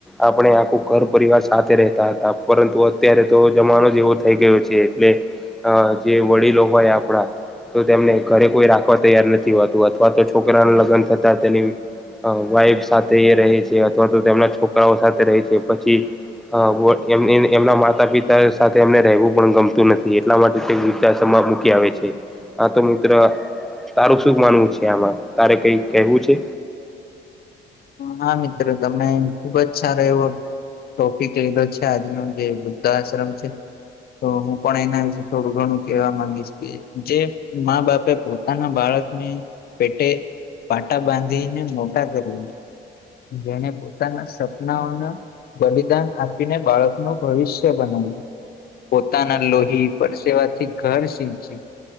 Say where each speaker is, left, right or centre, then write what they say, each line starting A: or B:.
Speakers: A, in the centre; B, on the left.
A: આપણે આખું ઘર પરિવાર સાથે રહેતા હતા પરંતુ અત્યારે તો જમાનો જ એવો થઈ ગયો છે. એટલે અ જે વડીલો હોય આપણા તો તેમને ઘરે કોઈ રાખવા તૈયાર નથી હોતું અથવા તો છોકરાના લગ્ન થતા તેની અ વાઈફ સાથે એ રહે છે. અથવા તો તેમના છોકરાઓ સાથે રહે છે. પછી હ એમ એમના માતા પિતા સાથે એમને રહેવું પણ ગમતું નથી એટલા માટે તે વૃદ્ધ આશ્રમ મૂકી આવે છે. આ તો મિત્ર તારું શું માનવું છે. આમાં તારે કઈ કેહેવું છે.
B: હા મિત્રો તમે ખુબ જ સારો એવો ટોપિક લીધો છે. આજનો જે વૃદ્ધા આશ્રમ છે. તો હું પણ એના વિશે થોડું ઘણું કેવા માંગીશ કે જે. મા બાપે પોતાના બાળકને પેટે. પાટા બાંધીને મોટા કર્યું જેને પોતાના સપનાઓના. બલિદાન આપીને બાળકનું ભવિષ્ય બનાવ્યું. પોતાના લોહી પરસેવાથી ઘર સીંચી.